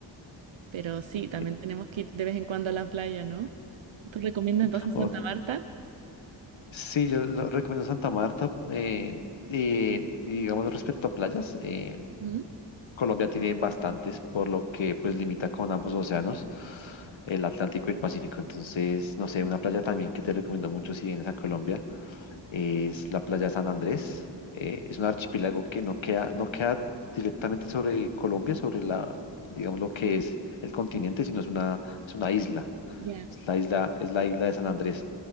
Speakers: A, on the right; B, on the left.
A: Pero sí, también
B: eh,
A: tenemos que ir de vez en cuando a la playa, ¿no? ¿Tú recomiendas entonces
B: oh,
A: Santa Marta?
B: sí, yo lo recomiendo Santa Marta. eh, eh, y digamos, respecto a playas, eh,
A: Ujú.
B: Colombia tiene bastantes, por lo que pues limita con ambos océanos, el Atlántico y el Pacífico. Entonces, no sé, una playa también que te recomiendo mucho si vienes a Colombia es la playa de San Andrés. Eh, es un archipiélago que no queda, no queda directamente sobre Colombia, sobre la, digamos, lo que es el continente, sino es una, es una isla.
A: Ya.
B: Es la isla, es la isla de San Andrés.